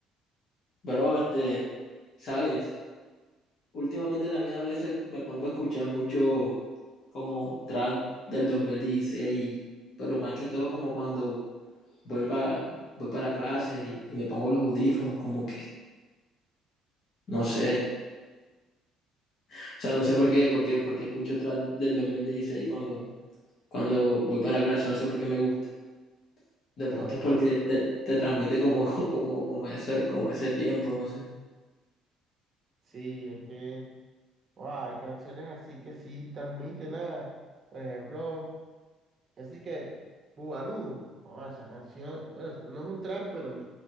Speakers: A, on the left; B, on the right.
A: Bro, este, ¿sabes? Últimamente también a veces me pongo a escuchar mucho como trap del 2016, pero más que todo como cuando voy para, voy para clases y, y me pongo los audífonos como que, no sé, o sea, no sé por qué, por qué, por qué escucho trap del 2016 cuando, cuando voy para clases, no sé por qué me gusta. De
B: No,
A: pronto es porque
B: pues
A: te, te transmite como, <laughs> como, como, ese, como ese tiempo, no sé.
B: sí, es que guau, hay canciones así que sí transmiten nada. Por ejemplo, así que Bugalú, oh, esa canción, bueno, no es un trap, pero